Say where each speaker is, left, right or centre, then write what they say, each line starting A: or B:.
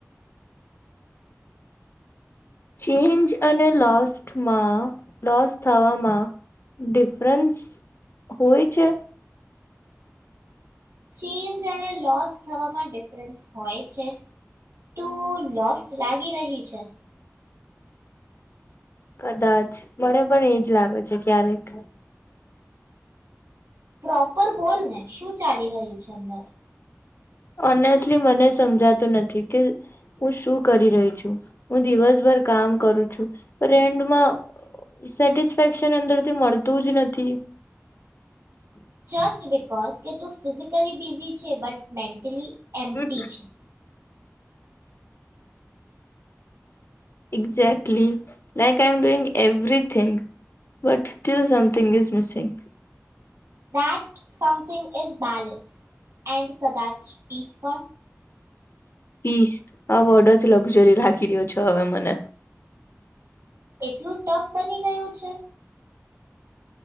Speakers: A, on the left (about 50°); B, on the right (about 70°).
A: change અને લોસ્ટમાં લોસ થવામાં ડિફરન્સ હોય છે
B: ચેનજ અને લોસ થવામાં ડિફરન્સ હોય છે તો લોસ લાગી રહી છે
A: કદાચ મને પણ એજ લાગે છે ક્યારેક
B: પ્રોપર બોલ ને શું ચાલી રહ્યું છે અંદર
A: ઓનેસ્ટલી મને સમજાતું નથી કે હું શું કરી રહી છું હું દિવસભર કામ કરું છું અને એન્ડમાં સેટેક્શન અંદરથી મળતું જ નથી
B: જસ્ટ બિકોઝ કે તું ફિઝિકલી બિઝી છે બટ મેન્ટલી એમટી
A: હમ
B: છે
A: exactly like I am doing everything but still something is missing
B: that something is balance and કદાચ પીસપણ
A: પીસ આ વોર્ડ જ લક્ઝરી રાખી રહ્યો છો હવે મને
B: એટલું ટફ બની ગયું છે